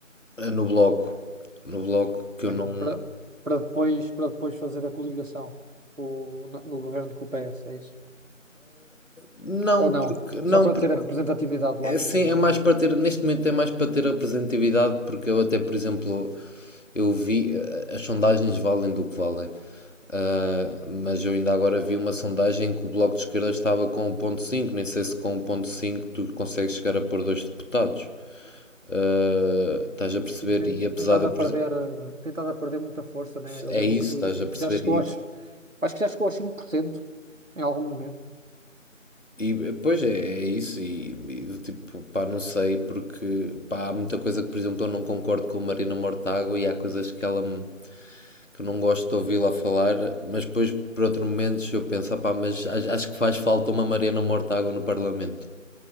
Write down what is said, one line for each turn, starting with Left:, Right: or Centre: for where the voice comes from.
Left: no bloco. No bloco que eu
Right: É,
Left: não.
Right: Para, para depois, para depois fazer a coligação com o- no, no governo com o PS, é isso?
Left: Não,
Right: Ou não?
Left: porque, não,
Right: Só para ter a representatividade
Left: É,
Right: lá no,
Left: Sim, é mais
Right: no-
Left: para ter, neste momento é mais para ter representatividade, porque eu até, por exemplo, eu vi, eh, as sondagens valem do que valem, Ah, mas eu ainda agora vi uma sondagem que o Bloco de Esquerda estava com 1.5, nem sei se com 1.5 tu consegues chegar a pôr dois deputados. Ah, estás a perceber?
Right: tem- tem-
Left: E apesar
Right: tentado
Left: de, eu,
Right: a
Left: por
Right: perder,
Left: exemplo,
Right: eh, tentado a perder muita força, né? Eu
Left: é
Right: lembro
Left: isso,
Right: que
Left: estás a perceber?
Right: já chegou
Left: E,
Right: aos, acho que já chegou aos 5% em algum momento.
Left: e pois é, é isso, e, e, tipo, pá, não sei, porque pá, há muita coisa que, por exemplo, eu não concordo com a Marina Mortágua e há coisas que ela me que eu não gosto de ouvi-la falar, mas depois, por outros momentos, eu penso, pá, mas a- acho que faz falta uma Mariana Mortágua no Parlamento.